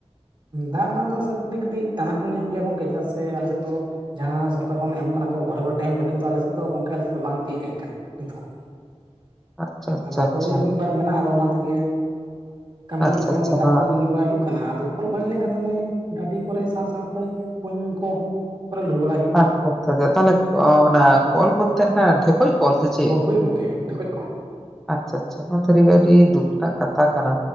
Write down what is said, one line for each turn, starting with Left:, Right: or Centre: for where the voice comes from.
Right: ᱫᱟᱜ ᱨᱮᱱᱟᱜ ᱫᱚ ᱥᱚᱴ ᱠᱟᱹᱴᱤᱡ ᱠᱟᱹᱴᱤᱡ ᱴᱟᱱᱟᱴᱩᱱᱤ ᱧᱚᱜ ᱜᱮᱭᱟ ᱜᱚᱝᱠᱮ ᱪᱮᱫᱟᱜ ᱥᱮ ᱟᱞᱮ ᱥᱮᱫ ᱫᱚ ᱡᱟᱦᱟᱸ ᱥᱚᱨᱠᱟᱨ ᱠᱷᱚᱱ ᱮᱢ ᱠᱟᱱᱟ ᱠᱚ ᱜᱷᱚᱨ ᱜᱚᱴᱟᱝ ᱠᱚᱞ ᱠᱤᱱᱛᱩ ᱟᱞᱮᱥᱮᱫ ᱫᱚ ᱜᱚᱢᱠᱮ ᱟᱞᱮ ᱥᱮᱫ ᱫᱚ ᱵᱟᱝ ᱛᱤᱭᱳᱜ ᱦᱮᱡ ᱟᱠᱟᱱᱟ᱾ ᱱᱤᱛᱦᱚᱸ
Centre: ᱟᱪᱪᱷᱟ ᱟᱪᱪᱷᱟ
Right: ᱟᱫᱚ
Centre: ᱟᱪᱪᱷᱟ
Right: ᱠᱚᱞ ᱜᱮ ᱢᱤᱫ ᱵᱟᱨ ᱢᱮᱱᱟᱜᱼᱟ ᱟᱫᱚ ᱚᱱᱟ ᱛᱮᱜᱮ ᱠᱟᱹᱢᱤ
Centre: ᱟᱪᱪᱷᱟ
Right: ᱫᱚᱞᱮ ᱯᱟᱨᱚᱢ
Centre: ᱟᱪᱪᱷᱟ
Right: ᱫᱟ ᱫᱟᱜ
Centre: ᱱᱚᱣᱟ
Right: ᱠᱚᱫᱚ ᱧᱩ ᱵᱟᱲᱟᱭ ᱦᱩᱭᱩᱜ ᱠᱟᱱᱟ ᱟᱫᱚ ᱠᱚᱞ ᱵᱟᱹᱲᱤᱡ ᱞᱮᱱᱠᱷᱟᱱ ᱫᱚ ᱰᱟᱹᱰᱤ ᱠᱚᱨᱮ ᱥᱟᱶ ᱥᱟᱶᱛᱮ ᱠᱩᱧ ᱠᱚ ᱠᱚᱨᱮ ᱞᱩ ᱵᱟᱲᱟᱭ ᱦᱩᱭᱩᱜᱼᱟ
Centre: ᱟᱪᱪᱷᱟ ᱟᱪᱪᱷᱟ ᱛᱟᱞᱦᱮ ᱚᱱᱟ ᱠᱚᱞ ᱵᱚᱞᱛᱮ ᱦᱟᱱᱟ ᱰᱷᱮᱠᱚᱡ ᱠᱚᱞ ᱥᱮ ᱪᱮᱫ?
Right: ᱦᱳᱭ ᱜᱚᱝᱠᱮ ᱰᱷᱚᱠᱚᱡ ᱠᱚᱞ
Centre: ᱟᱪᱪᱷᱟ ᱟᱪᱪᱷᱟ ᱱᱚᱣᱟ ᱥᱟᱹᱨᱤ ᱜᱮ ᱟᱹᱰᱤ ᱫᱩᱠ ᱨᱮᱱᱟᱜ ᱠᱟᱛᱷᱟ ᱠᱟᱱᱟ᱾